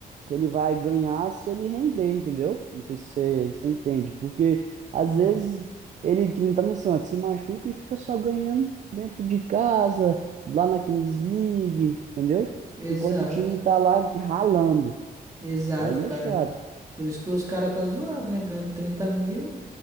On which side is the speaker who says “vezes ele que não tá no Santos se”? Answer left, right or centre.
Right